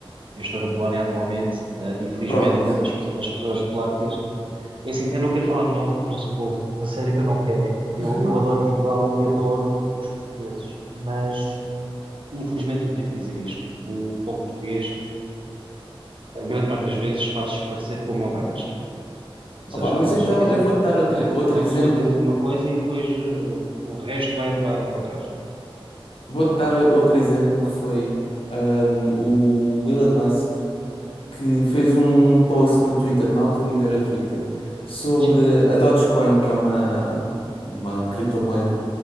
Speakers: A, on the right; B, on the left.
A: eu estou na Polónia atualmente, ah, e felizmente
B: Pronto.
A: as, pe- as pessoas polacas. É assim, eu não quero falar mal do nosso povo, a sério que eu não quero. Eu,
B: <laughs>
A: eu adoro Portugal e adoro os portugueses, mas Infelizmente, eu tenho que dizer isto. O povo português, a grande parte das vezes, faz parecer como ovelhas. Ou
B: Opa,
A: seja,
B: mas
A: uma
B: então
A: pessoa diz
B: eu vou-te dar outro,
A: uma, co-
B: outro
A: uma
B: exemplo.
A: pessoa diz uma coisa e depois uh, o resto vai, vai logo atrás.
B: Vou-te dar outro exemplo que foi ahm, o Elon Musk, que fez um post no Twitter, na altura ainda era Twitter, sobre
A: Sim,
B: a Dogecoin, que é uma, uma criptomoeda.